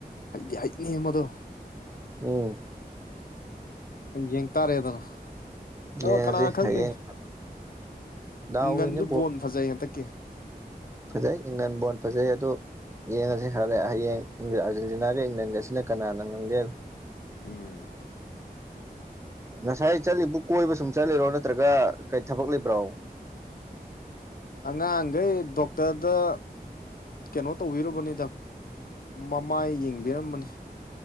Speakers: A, on the left; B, on the right.
A: ꯍꯩꯗꯤ ꯍꯩꯅꯦ ꯃꯗꯣ
B: ꯎꯝ
A: ꯌꯦꯡ ꯇꯥꯔꯦꯗꯅ ꯑ
B: ꯌꯦꯡꯉꯁꯤ
A: ꯀꯅꯥ ꯈꯪꯅꯤ
B: ꯍꯌꯦꯡ ꯗꯥꯎꯒꯤꯅꯦ
A: ꯏꯪꯂꯟꯁꯨ
B: ꯕꯣꯜ
A: ꯕꯣꯟ ꯐꯖꯩ ꯍꯟꯗꯛꯀꯤ
B: ꯐꯖꯩ ꯏꯪꯂꯦꯟ ꯕꯣꯣꯟ ꯐꯖꯩ ꯑꯗꯣ ꯌꯦꯡꯉꯁꯤ ꯍꯔ ꯍꯌꯦꯡ ꯑꯥꯔꯖꯦꯟꯇꯤꯅꯥꯒ ꯏꯪꯂꯦꯟꯒ ꯑꯁꯤꯅ ꯀꯅꯥꯅ ꯉꯝꯒꯦ
A: ꯎꯝ
B: ꯉꯁꯥꯏ ꯆꯠꯂꯤꯕ ꯀꯣꯏꯕ ꯁꯨꯝ ꯆꯠꯂꯤꯔꯣ ꯅꯠꯇ꯭ꯔꯒ ꯀꯩ ꯊꯕꯛ ꯂꯩꯕ꯭ꯔꯣ
A: ꯑꯉꯥꯡꯈꯩ ꯗꯣꯛꯇꯔꯗ ꯀꯩꯅꯣ ꯇꯧꯕꯤꯔꯨꯕꯅꯤꯗ ꯃꯃꯥꯏ ꯌꯦꯡꯕꯤꯔꯝꯕꯅꯤ